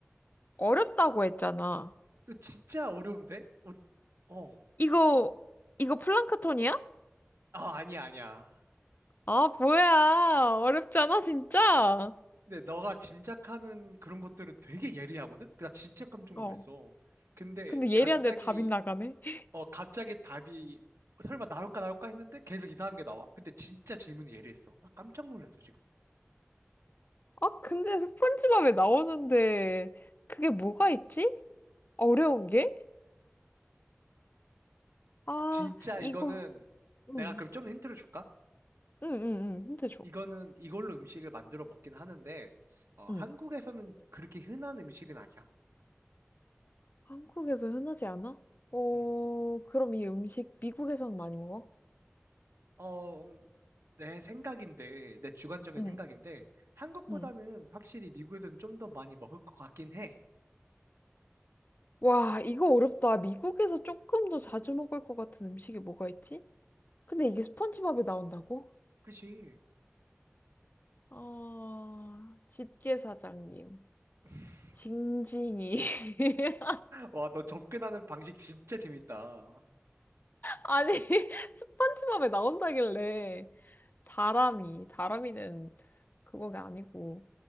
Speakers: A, on the left (about 40°); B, on the right (about 75°).
A: 어렵다고 했잖아.
B: 너 진짜 어려운데? 어, 어.
A: 이거, 이거 플랑크톤이야?
B: 아, 아니야, 아니야.
A: 아, 뭐야. 어렵잖아, 진짜.
B: 근데 너가 짐작하는 그런 것들은 되게 예리하거든? 나 진짜 깜짝 놀랐어.
A: 어.
B: 근데
A: 근데 예리한데
B: 갑자기,
A: 답이 나가네. <laughs>
B: 어, 갑자기 답이 설마 나올까 나올까 했는데 계속 이상한 게 나와. 근데 진짜 질문이 예리했어. 나 깜짝 놀랐어, 지금.
A: 아, 근데 스폰지밥에 나오는데 그게 뭐가 있지? 어려운 게? 아,
B: 진짜
A: 이거.
B: 이거는
A: 응,
B: 내가 그럼 좀 힌트를 줄까?
A: 응, 응, 응. 힌트 줘.
B: 이거는 이걸로 음식을 만들어 먹긴 하는데 어,
A: 응.
B: 한국에서는 그렇게 흔한 음식은 아니야.
A: 한국에서 흔하지 않아? 어,
B: 음.
A: 그럼 이 음식 미국에서는 많이 먹어?
B: 어, 음, 내 생각인데 내 주관적인
A: 응,
B: 생각인데 한국보다는
A: 응.
B: 확실히 미국에서는 좀 더 많이 먹을 것 같긴 해.
A: 와, 이거 어렵다. 미국에서 조금 더 자주 먹을 것 같은 음식이 뭐가 있지? 근데 이게 스펀지밥에 나온다고?
B: 그치?
A: 아, 집게 사장님.
B: <laughs>
A: 징징이. <laughs>
B: 와, 너 접근하는 방식 진짜 재밌다.
A: 아니, <laughs> 스펀지밥에 나온다길래. 다람이. 다람이는 그거가 아니고.